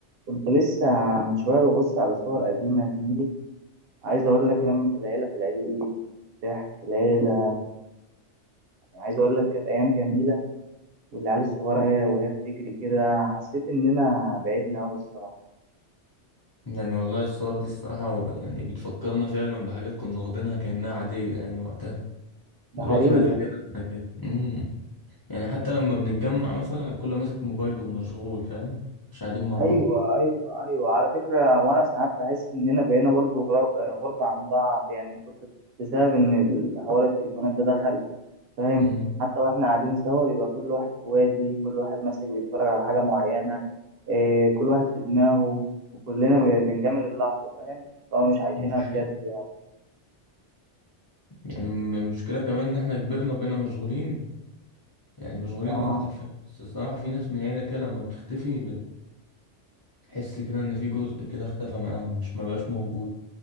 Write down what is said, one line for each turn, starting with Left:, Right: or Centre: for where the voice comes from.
Right: كنت لسه من شوية ببص على صور قديمة يا زميلي عايز أقول لك لمة العيلة في العيد ضحك العيلة يعني عايز أقول لك كانت أيام جميلة والعيال الصغيرة هي وهي بتجري كده حسيت إننا بعدنا أوي الصراحة
Left: يعني والله الصور دي الصراحة و- يعني بتفكرنا فعلا بحاجات كنا واخدينها كأنها عادية يعني وقتها
Right: ده
Left: دلوقتي
Right: حقيقي
Left: بقت حاجة نادرة كده امم يعني حتى لما بنتجمع مثلا الكل ماسك موبايله ومشغول فاهم مش قاعدين مع
Right: أيوة
Left: بعض
Right: أيوة أيوة على فكرة وأنا ساعات بحس إننا بقينا برضو غر- غربة عن بعض يعني من كتر بسبب إن الحوار التليفونات ده دخل فاهم
Left: امم
Right: حتى واحنا قاعدين سوا بيبقى كل واحد في وادي كل واحد ماسك بيتفرج على حاجة معينة إيه كل واحد في دماغه وكلنا ب- بنجامل اللحظة فاهم لو مش عايشينها
Left: دي حقيقة
Right: بجد يعني
Left: يعني م- المشكلة كمان إن احنا كبرنا وبقينا مشغولين يعني مشغولين
Right: آه.
Left: أكتر فاهم بس الصراحة في ناس من العيلة كده لما بتختفي بتحس كده إن في جزء كده اختفى معاهم مش مبقاش موجود